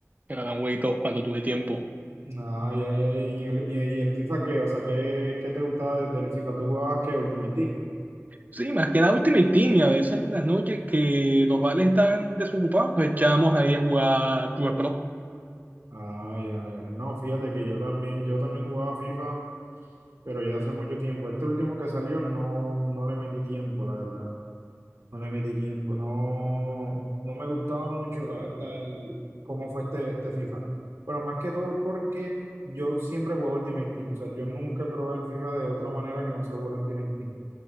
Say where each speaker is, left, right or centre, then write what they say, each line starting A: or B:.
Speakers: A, on the right; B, on the right.
A: el Alan Wake dos cuando tuve tiempo.
B: Ah, ya, ya. ¿Y el, y el FIFA qué? O sea, ¿qué, qué te gustaba de- del FIFA? ¿Tú jugabas qué? Ultimate Team.
A: Sí, más que nada Ultimate Team, y a veces en las noches que los vales están desocupados, nos echamos ahí a jugar Club
B: Ah, ya, ya. No, fíjate que yo también, yo también jugaba FIFA, pero ya hace mucho tiempo. Este último que salió no, no le metí tiempo, la verdad. No le metí tiempo. No, no me gustaba mucho, la verdad, el, cómo fue este, este FIFA. Pero más que todo porque yo siempre jugaba Ultimate Team. O sea, yo nunca he probado el FIFA de otra manera que no sea jugar Ultimate Team.